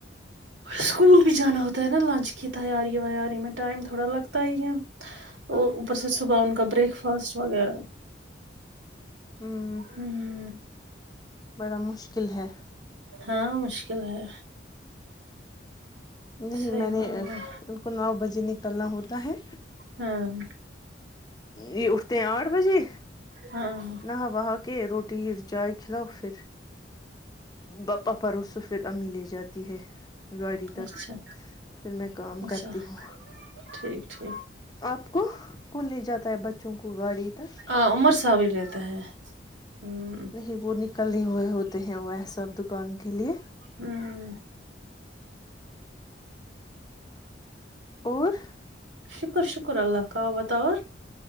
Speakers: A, on the right; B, on the left.
A: اسکول بھی جانا ہوتا ہے نا لنچ کی تیاری ویاری میں ٹائم تھوڑا لگتا ہی ہے
B: ہاں
A: اور اوپر سے صبح ان کا بریک فاسٹ وغیرہ
B: ہ
A: امم
B: بڑا مشکل ہے
A: ہاں مشکل ہے
B: نہیں
A: صحیح
B: میں
A: بات
B: نےآ
A: ہے
B: ان کو نو بجے نکلنا ہوتا ہے
A: ہاں
B: یہ اٹھتے ہیں آٹھ بجے
A: ہاں
B: نا وہاں کے روٹی یہ چائے کھلاؤ پھر باپا پروسو پھر امی لے جات تی ہے گاڑی تک
A: اچھا
B: پھر میں کام
A: اچھا
B: کرتی ہوں
A: ٹھیک ٹھیک
B: آپ کو کون لے جاتا ہے بچوں کو گاڑی تک
A: ہاں عمر صاحب بھی رہتا ہے ہمم
B: نہیں وہ نکل نہیں ہوئے ہوتے ہیں وہ ہے سب دکان کے لیے
A: امم
B: اور
A: شکر شکر اللہ کا بتا اور